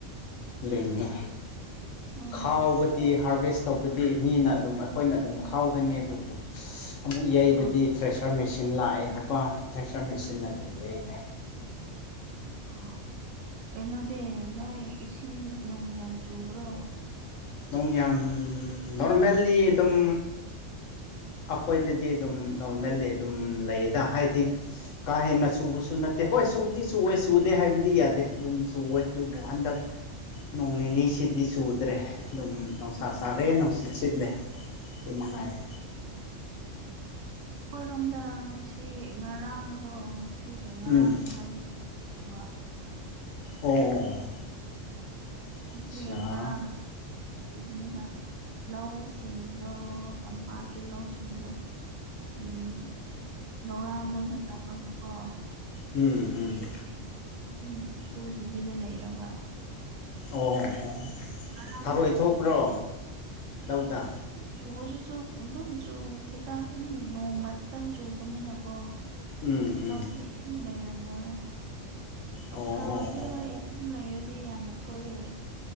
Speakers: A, on the left; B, on the right.
A: ꯂꯤꯡꯉꯦ
B: ꯑꯣ
A: ꯈꯥꯎꯕꯗꯤ ꯍꯥꯔꯚꯦꯁ ꯇꯧꯕꯗꯤ ꯃꯤꯅ ꯑꯗꯨꯝ ꯑꯩꯈꯣꯏꯅ ꯑꯗꯨꯝ ꯈꯥꯎꯒꯅꯤ ꯑꯗꯨꯕꯨ ꯑꯃꯨꯛ ꯌꯩꯕꯗꯤ
B: ꯑꯣ
A: ꯊ꯭ꯔꯦꯁꯔ ꯃꯦꯆꯤꯟ ꯂꯥꯛꯑꯦꯕꯀꯣ ꯊ꯭ꯔꯦꯁꯔ ꯃꯦꯆꯤꯟꯅ ꯑꯗꯨꯝ ꯌꯩꯔꯦ
B: ꯑꯣ ꯀꯩꯅꯣꯗꯤ ꯅꯣꯏ ꯏꯁꯤꯡ ꯅꯨꯡ ꯌꯥꯝ ꯆꯨꯕ꯭ꯔꯣ
A: ꯅꯣꯡ ꯌꯥꯝ ꯅꯣꯔꯃꯦꯜꯂꯤ ꯑꯗꯨꯝ ꯑꯈꯣꯏꯗꯗꯤ ꯑꯗꯨꯝ ꯅꯣꯔꯃꯦꯜꯂꯤ ꯑꯗꯨꯝ ꯂꯩꯌꯦꯗ ꯍꯥꯏꯗꯤ ꯀꯥ ꯍꯦꯟꯅ ꯆꯨꯕꯁꯨ ꯅꯠꯇꯦ ꯍꯣꯏ ꯆꯨꯕꯗꯤ ꯆꯨꯋꯦ ꯆꯨꯗꯦ ꯍꯥꯏꯕꯗꯤ ꯌꯥꯗꯦ ꯑꯗꯨꯝ ꯆꯨꯋꯦ ꯑꯗꯨꯕꯨ ꯍꯟꯗꯛ ꯅꯣꯡ ꯅꯤꯅꯤ ꯁꯤꯗꯤ ꯆꯨꯗ꯭ꯔꯦ ꯑꯗꯨꯝ ꯅꯨꯡꯁꯥ ꯁꯥꯔꯦ ꯅꯨꯡꯁꯤꯠ ꯁꯤꯠꯂꯦ ꯁꯤ ꯃꯉꯥꯏꯔꯦ
B: ꯑꯩꯈꯣꯏꯔꯣꯝꯗ ꯉꯁꯤ ꯉꯔꯥꯡꯗꯣ ꯉꯁꯤ ꯁꯤꯒ ꯉꯔꯥꯡꯈꯛꯇꯅꯤ
A: ꯎꯝ
B: ꯆꯨꯕ
A: ꯑꯣ ꯑꯣ
B: ꯉꯁꯤꯒꯅꯤ
A: ꯑꯠꯆꯥ
B: ꯉꯔꯥꯡꯒ ꯆꯨꯕꯅꯤꯅ ꯂꯧꯁꯤꯡꯗꯣ ꯇꯝꯄꯥꯛꯀꯤ ꯂꯧꯁꯤꯡꯒ ꯎꯝ ꯂꯧꯔꯥꯡ ꯑꯣꯏꯅ ꯇꯧꯔꯒꯀꯣ
A: ꯎꯝ ꯎꯝ
B: ꯏꯁꯤꯡ <unintelligible> ꯁꯨꯗꯕꯤꯗ ꯂꯩꯔꯕ
A: ꯑꯣ ꯑꯣ ꯑꯣ
B: ꯉꯔꯥꯡ
A: ꯊꯥꯔꯣꯏ
B: ꯆꯨꯕ-
A: ꯊꯣꯛꯄ꯭ꯔꯣ ꯂꯧꯗ
B: ꯆꯨꯕꯁꯨꯁꯨ ꯑꯗꯨꯝ ꯆꯨ ꯈꯤꯇꯪ ꯅꯣꯡꯃ ꯈꯛꯇꯪ ꯆꯨꯕꯅꯤꯅꯀꯣ
A: ꯎꯝ ꯎꯝ
B: ꯂꯧꯗ ꯏꯁꯤꯡꯁꯤꯡ ꯂꯩꯔꯝꯃꯣꯏꯌꯦ
A: ꯑꯣ ꯑꯣ
B: ꯊꯔꯣꯏꯗꯤ
A: ꯑꯣ
B: ꯍꯣꯏ ꯏꯁꯤꯡ ꯂꯩꯔꯗꯤ ꯌꯥꯝꯅ ꯊꯣꯛꯑꯦ